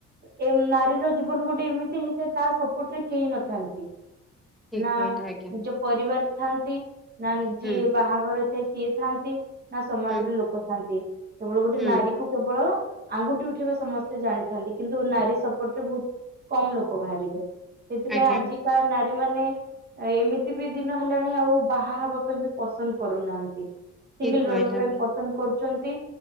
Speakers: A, on the right (about 35°); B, in the centre.
A: ଏ ନାରୀର ଜୀବନ ଗୋଟେ ଏମିତି ହେଇଥାଏ ତା ସପୋର୍ଟରେ କେହି ନଥାନ୍ତି। ତି
B: ଠିକ
A: ନା
B: କହିଲେ ଆଜ୍ଞା
A: ନିଜ ପରିବାର ଥାଆନ୍ତି ନା
B: ହୁଁ
A: ଯିଏ ବାହାଘର ଥାଏ ସିଏ ଥାନ୍ତି ନା ସମାଜରେ
B: ହୁଁ
A: ଲୋକ ଥାଆନ୍ତି କେବଳ ଗୋଟେ
B: ହୁଁ,
A: ନାରୀ କେବଳ ଆଙ୍ଗୁଠି ଉଠେଇବା ସମସ୍ତେ ଜାଣିଥାନ୍ତି କିନ୍ତୁ ନାରୀ ସପୋଟରେ ଭୋଉ କମ ଲୋକ ବାହାରିବେ ସେଥିପାଇଁ
B: ଆଜ୍ଞା,
A: ଆଜିକା ନାରୀମାନେ ଆଉ ଏମିତି ବି ଦିନ ହେଲାଣି ଆଉ ବାହାହବା ପାଇଁ ବି ପସନ୍ଦ କରୁନାହାନ୍ତି। ସିଙ୍ଗଲ
B: ଠିକ୍ କହିଲେ
A: ରହିବା
B: ଆପଣ।
A: ପାଇଁ ପସନ୍ଦ କରୁଚନ୍ତି।